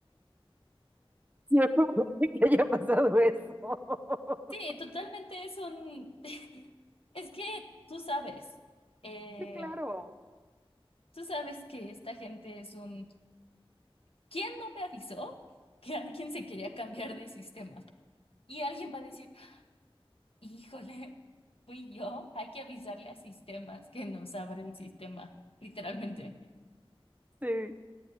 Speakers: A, on the right (about 15°); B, on the left (about 70°).
A: Sí, es probable <laughs> que haya pasado eso. <laughs>
B: Sí, totalmente es un, <laughs> es que tú sabes, eh,
A: Sí, claro.
B: tú sabes que esta gente es un, ¿quién no me avisó que alguien se quería cambiar de sistema? Y alguien va a decir, Híjole, fui yo. Hay que avisarle a sistemas que nos abre el sistema, literalmente.
A: Sí,